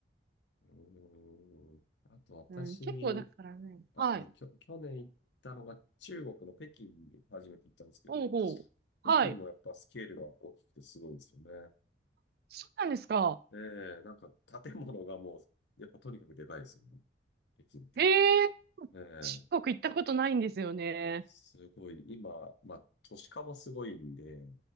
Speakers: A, on the left (about 85°); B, on the right (about 60°).
A: うん。あと私、
B: うん、結構だからね。
A: あ、
B: はい。
A: そうですきょ、去年行ったのが中国の北京に初めて行ったんですけど、
B: ほうほう。はい。
A: 北京もやっぱスケールが大きくてすごいんですよね。
B: そうなんですか。
A: ええ、なんか建物がもう、やっぱとにかくでかいですよね。北京って。
B: へえ、
A: ええ
B: 中国行ったことないんですよね。
A: すごい、今、まあ、都市化もすごいんで、